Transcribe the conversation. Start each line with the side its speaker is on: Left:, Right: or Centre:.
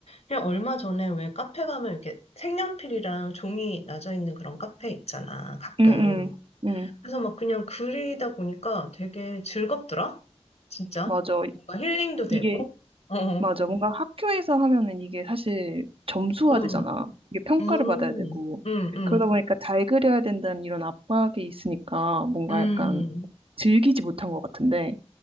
Left: 그냥 얼마 전에 왜 카페 가면 이렇게 색연필이랑 종이 나져 있는 그런 카페 있잖아, 가끔.
Right: 음, 음. 음.
Left: 그래서 막 그냥 그리다 보니까 되게 즐겁더라? 진짜?
Right: 맞아.
Left: 뭔가 힐링도 되고?
Right: 이게,
Left: 어.
Right: 맞아. 뭔가 학교에서 하면은 이게 사실 점수화
Left: 음.
Right: 되잖아. 이게 평가를
Left: 음.
Right: 받아야 되고.
Left: 음. 음.
Right: 그러다 보니까 잘 그려야 된다는 이런 압박이 있으니까 뭔가
Left: 음.
Right: 약간 즐기지 못한 것 같은데